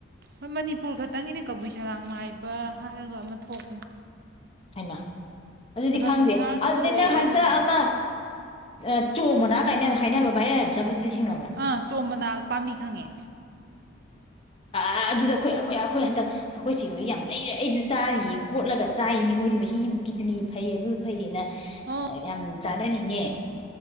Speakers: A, on the right (about 50°); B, on the left (about 30°).
A: ꯑꯩꯈꯣꯏ ꯃꯅꯤꯄꯨꯔ ꯈꯛꯇꯪꯒꯤꯅꯦ ꯀꯕꯨꯏ ꯁꯂꯥꯡ ꯃꯥꯏꯕ ꯍꯥꯏꯔꯒ ꯑꯃ ꯊꯣꯛꯄꯅꯤ꯫
B: ꯍꯥꯏꯃ ꯑꯗꯨꯗꯤ ꯈꯪꯗꯦ
A: ꯁꯪꯁꯥꯔ ꯁꯨꯔꯦ
B: ꯑꯗꯨꯗ ꯅꯪ
A: ꯑꯩꯁꯨꯅꯦ
B: ꯍꯟꯇꯛ ꯑꯃ ꯑ ꯆꯣꯝ ꯃꯅꯥ ꯒꯥꯏꯅ ꯍꯥꯏꯅꯕ ꯚꯥꯏꯔꯦꯟ ꯌꯥꯝ ꯆꯠꯄꯗꯨꯗꯤ꯫ ꯊꯦꯡꯅꯕ꯭ꯔꯥ
A: ꯑꯥ ꯆꯣꯝ ꯃꯅꯥ ꯄꯥꯝꯕꯤ ꯈꯪꯉꯦ꯫
B: ꯑꯥ ꯑꯗꯨꯗ ꯑꯩꯈꯣꯏ ꯑꯩꯈꯣꯏ ꯑꯩꯈꯣꯏ ꯍꯟꯗꯛ ꯑꯩꯈꯣꯏ ꯆꯦ ꯍꯣꯏ ꯌꯥꯝ ꯂꯩꯔꯦ ꯑꯩꯖꯨ ꯆꯥꯔꯤꯌꯦ ꯀꯣꯠꯂꯒ ꯆꯥꯏꯌꯦꯅꯦ ꯃꯣꯏꯗꯤ ꯃꯍꯤꯕꯨ ꯀꯤꯗꯅꯤ ꯐꯩ ꯑꯗꯨ ꯐꯩꯌꯦꯅ
A: ꯑꯣ
B: ꯌꯥꯝ ꯆꯥꯅꯔꯤꯅꯦ